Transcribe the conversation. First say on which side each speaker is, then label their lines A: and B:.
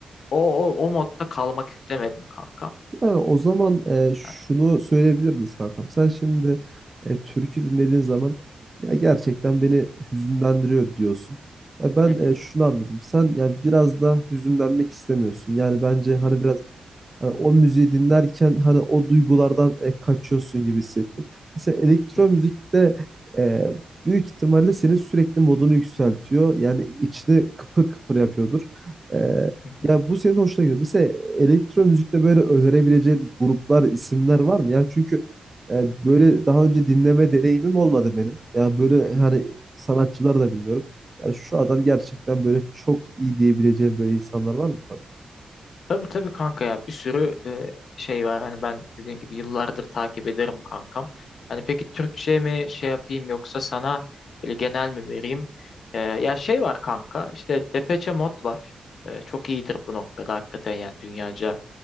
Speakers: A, on the left; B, on the right.
A: o o, o modda kalmak istemedim kankam.
B: Yani o zaman e, şunu
A: Yani,
B: söyleyebilir miyiz kankam? Sen şimdi e, türkü dinlediğin zaman ya gerçekten beni hüzünlendiriyor diyorsun. Ya ben
A: hı hı,
B: e, şunu anladım. Sen ya biraz da hüzünlenmek istemiyorsun. Yani bence hani biraz Hani o müziği dinlerken hani o duygulardan e, kaçıyorsun gibi hissettim. Mesela elektro
A: hı
B: müzikte
A: hı,
B: e, büyük ihtimalle senin sürekli modunu yükseltiyor. Yani içini kıpır kıpır yapıyordur. E,
A: hı hı,
B: ya bu senin hoşuna gidiyor. Mesela elektro müzikte böyle önerebileceğin gruplar, isimler var mı? Yani çünkü e, böyle
A: hı hı,
B: daha önce dinleme deneyimim olmadı benim. Ya böyle
A: hı hı.
B: hani sanatçılar da bilmiyorum. Yani şu adam gerçekten böyle çok iyi diyebileceğim böyle insanlar var mı?
A: Tabii tabii kanka ya bir sürü e, şey var. Hani ben dediğim gibi yıllardır takip ederim kankam. Hani peki Türkçe mi şey yapayım yoksa sana öyle genel mi vereyim? E, ya şey var kanka işte Depeche Mode var. E, çok iyidir bu noktada hakikaten yani dünyaca